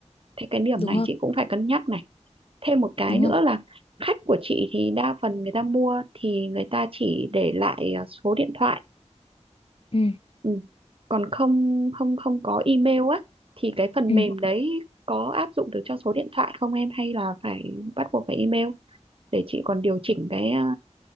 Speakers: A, on the right; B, on the left.
A: thế cái điểm
B: đúng
A: này
B: không
A: chị cũng phải cân nhắc này thêm một cái
B: đúng
A: nữa
B: không
A: là khách của chị thì đa phần người ta mua thì người ta chỉ để lại à, số điện thoại
B: ừ.
A: ừ. còn không không không có email á thì cái phần
B: Ừ.
A: mềm đấy có áp dụng được cho số điện thoại không em hay là phải bắt buộc phải email để chị còn điều chỉnh cái à,